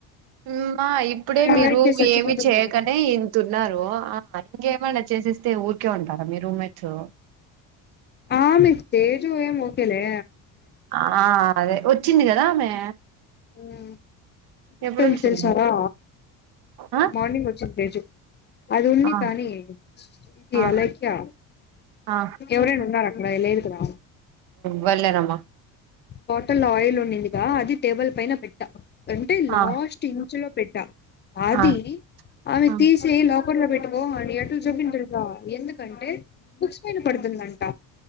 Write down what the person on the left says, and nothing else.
అలాగే
చచ్చిపోతాం
కదా
ఆ మీ తేజు ఏం ఒకేలే
హ్మ్మ్ ఇంకొక
టై మీ తెలిసారా
మార్నింగ్ వచ్చింది తేజు అది ఉంది
కానీ ఇది
అలైఖ్య
ఎవరైనా ఉన్నారక్ భయం లేదు కదా
బాటిల్ ఆయిల్ ఉండిందిగా అది టేబుల్ పైన పెట్టా అంటే లాస్ట్
ఇంచు లో పెట్ట అది
ఆమె
తీసి లాకర్ లో పెట్టుకో అని ఏట్ట చెప్పింది తెలుసా ఎందుకంటే బుక్స్ పైన పడుతుంది అంట